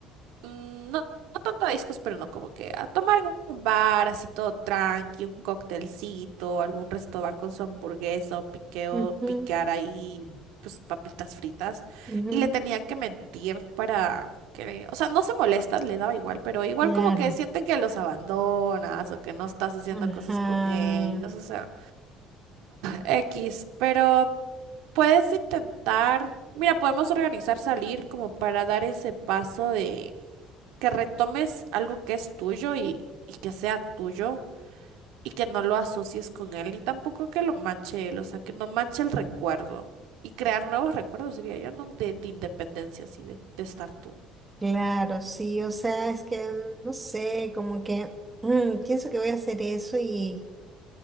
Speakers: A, on the right; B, on the right.
A: mm, no, no tanto a discos, pero no, como que a tomar algún bar así todo tranqui, un cóctelcito, algún resto bar con su hamburguesa o piqueo,
B: ujú, ujú,
A: picar ahí pues papitas fritas.
B: ujú,
A: Y le tenía que mentir para que, o sea, no se molesta, le daba igual, pero igual
B: Claro.
A: como que sienten que los abandonas o que no estás haciendo
B: Ajá.
A: cosas con ellos, o sea, X, pero puedes intentar, mira, podemos organizar salir como para dar ese paso de que retomes algo que es tuyo y, y que sea tuyo y que no lo asocies con él, ni tampoco que lo manche él, o sea, que no manche el recuerdo. Y crear nuevos recuerdos, diría yo, ¿no? De, de independencia, así, de, de estar tú.
B: Claro, sí, o sea, es que mm, no sé, como que mm, pienso que voy a hacer eso y,